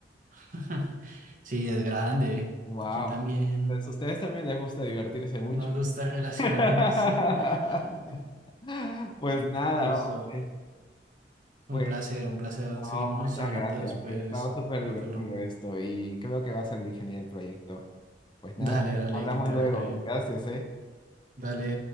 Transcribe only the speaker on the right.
<laughs> Sí, es grande.
Aquí también
nos gusta relacionarnos,
sí. <laughs>
Listo.
Un placer, un placer.
Seguimos
hablando
después,
Arturo.
Dale, dale,
que te
vaya bien.
Dale.